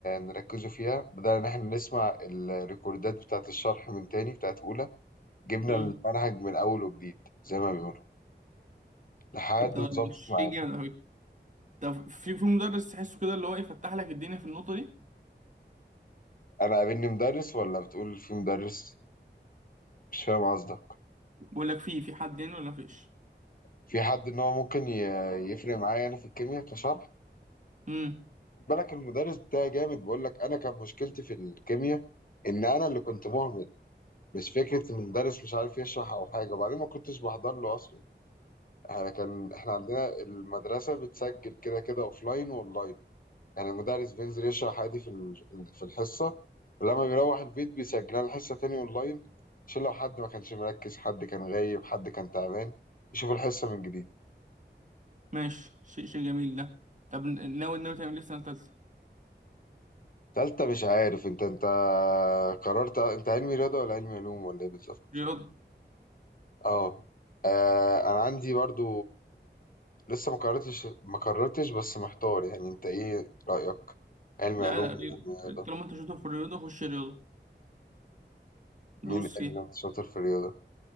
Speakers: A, on the left; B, on the right.
A: نركزوا فيها بدأنا ان احنا نسمع الريكوردات بتاعت الشرح من تاني بتاعت اولى جبنا
B: امم
A: المنهج من اول وجديد زي ما بيقولوا لحد
B: طب ده
A: ما ظبطت
B: شيء
A: معانا
B: جامد قوي طب في في مدرس تحسه كده اللي هو يفتح لك الدنيا في النقطه دي
A: انا قابلني مدرس ولا بتقول في مدرس مش فاهم قصدك
B: بيقول لك في في حد يعني ولا مفيش؟
A: في حد ان هو ممكن ي... يفرق معايا انا في الكيمياء كشرح
B: امم
A: بالك المدرس بتاعي جامد بقول لك انا كان مشكلتي في الكيمياء ان انا اللي كنت مهمل مش فكره ان المدرس مش عارف يشرح او حاجه وبعدين ما كنتش بحضر له اصلا احنا كان احنا عندنا المدرسه بتسجل كده كده اوفلاين واونلاين يعني المدرس بينزل يشرح عادي في ال- في الحصه ولما بيروح البيت بيسجلها الحصه تاني اونلاين عشان لو حد ما كانش مركز حد كان غايب حد كان تعبان يشوف الحصه من جديد
B: ماشي شيء شيء جميل ده طب ناوي ناوي تعمل ايه في سنه ثالثه؟
A: تالتة مش عارف انت انت قررت انت علمي رياضه ولا علمي علوم ولا ايه بالظبط
B: رياضه
A: اه آه، انا عندي برضو لسه ما قررتش ما قررتش بس محتار يعني انت ايه رأيك علم
B: لا
A: علوم
B: لا ري...
A: ولا رياضة
B: طالما انت شاطر في الرياضه خش رياضه
A: مين
B: دوس فيها
A: اللي شاطر في الرياضة